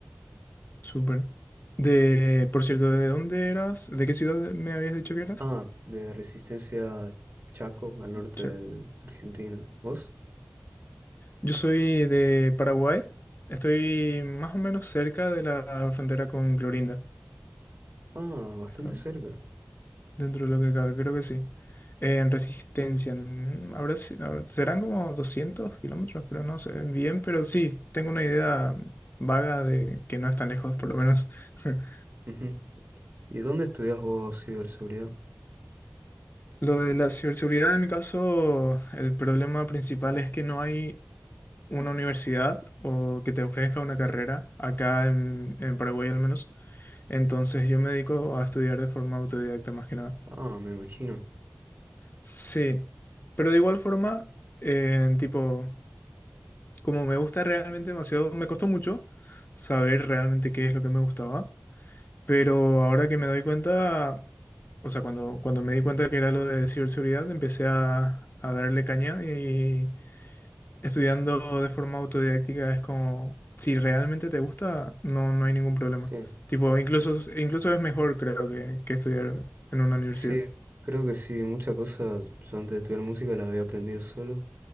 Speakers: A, on the left (about 45°); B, on the right (about 55°).
A: Súper. De, por cierto, ¿de dónde eras? ¿De qué ciudad me habías dicho que eras?
B: Ah, de Resistencia Chaco, al norte
A: Sí.
B: del- de Argentina. ¿Vos?
A: Yo soy de Paraguay. Estoy más o menos cerca de la frontera con Clorinda.
B: Ah, bastante
A: Está-
B: cerca.
A: Dentro de lo que cabe, creo que sí. Eh, En resistencia, mm, habrá si- a- serán como 200 kilómetros, pero no sé bien, pero sí, tengo una idea vaga de que no es tan lejos, por lo menos. <laughs>
B: Ujú. ¿Y dónde estudias vos ciberseguridad?
A: Lo de la ciberseguridad, en mi caso, el problema principal es que no hay una universidad o que te ofrezca una carrera, acá en, en Paraguay al menos. Entonces yo me dedico a estudiar de forma autodidacta más que nada.
B: Ah, me imagino.
A: Sí, pero de igual forma, eh, tipo, como me gusta realmente demasiado, me costó mucho saber realmente qué es lo que me gustaba, pero ahora que me doy cuenta, o sea, cuando, cuando me di cuenta que era lo de ciberseguridad, empecé a, a darle caña y estudiando de forma autodidáctica es como, si realmente te gusta, no, no hay ningún problema.
B: Sí,
A: Tipo, incluso,
B: sí,
A: incluso es mejor, creo, que, que estudiar en una universidad.
B: sí, creo que sí, muchas cosas yo antes de estudiar música las había aprendido solo.